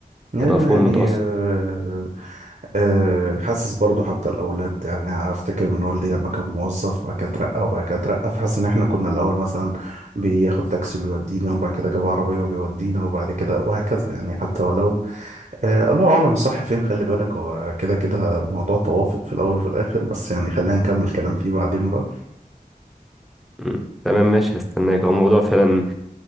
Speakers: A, on the right; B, in the centre.
A: أيوة
B: هتبقى فوق
A: يعني
B: المتوسط
A: آه، آه، حاسس برضو حتى الأولاد يعني أفتكر من والدي لما كان موظف وبعد كده اترقى وبعد كده اترقى فحاسس إن إحنا كنا الأول مثلا بياخد تاكسي وبيودينا وبعد كده جاب عربية وبيودينا وبعد كده وهكذا يعني حتى ولو آه، الله أعلم الصح فين خلي بالك هو كده كده الموضوع توافق في الأول وفي الآخر بس يعني خلينا نكمل كلام فيه بعدين بقى
B: مم. تمام ماشي هستناك هو الموضوع فعلا